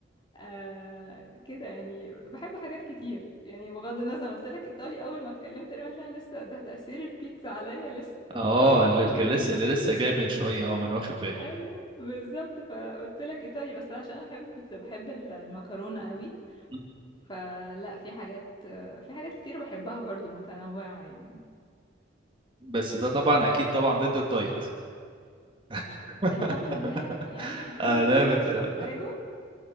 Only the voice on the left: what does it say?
آه كده يعني بحب حاجات كتير يعني بغض النظر أنا قلت لك إيطالي أول ما اتكلمت تقريبا عشان لسه ده تأثير البيتزا عليا لسه <laughs> لسه
واكلة
بيتزا
دلوقتي
أيوه بالظبط فقلت لك إيطالي بس ده عشان أنا بحب البيتزا بحب ال- المكرونة أوي
فلا في حاجات في حاجات كتير بحبها برضو متنوعة يعني
الحمد لله يعني الحمد
لله
مش محتاجه